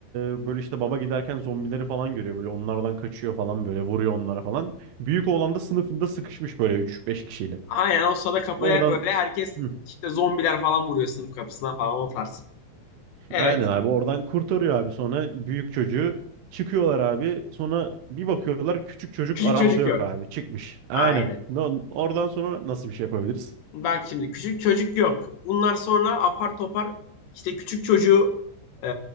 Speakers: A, on the right (about 75°); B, on the left (about 70°).
A: e, böyle işte baba giderken zombileri falan görüyor böyle onlardan kaçıyor falan böyle vuruyor onlara falan. Büyük oğlan da sınıfında sıkışmış böyle üç beş kişiyle.
B: Aynen o sada kapıya
A: Oradan
B: böyle herkes
A: Hı,
B: işte zombiler falan vuruyor sınıf kapısına falan o tarz. Evet.
A: aynen abi oradan kurtarıyor abi sonra büyük çocuğu çıkıyorlar abi sonra bir bakıyorlar küçük çocuk
B: Küçük
A: arabada
B: çocuk
A: yok
B: yok.
A: abi çıkmış. Aynen.
B: Aynen.
A: No- Oradan sonra nasıl bir şey yapabiliriz?
B: Bak şimdi küçük çocuk yok. Bunlar sonra apar topar işte küçük çocuğu e,